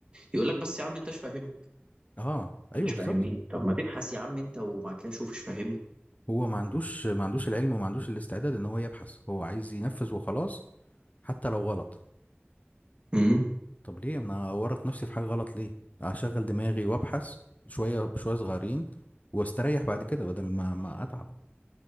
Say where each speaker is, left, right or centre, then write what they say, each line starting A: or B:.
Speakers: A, on the right; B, on the left.
A: يقول لك بس يا عم أنت مش فاهمها
B: اه
A: أنا
B: ايوه
A: مش
B: بالظبط
A: فاهمني طب ما تبحث يا عم أنت وبعد كده شوف مش فاهمني
B: هو ما عندوش ما عندوش العلم وما عندوش الاستعداد ان هو يبحث هو عايز ينفذ وخلاص حتى لو غلط
A: امم
B: طب ليه انا اورط نفسي في حاجة غلط ليه اشغل دماغي وابحث شوية بشوية صغيرين واستريح بعد كده بدل ما ما اتعب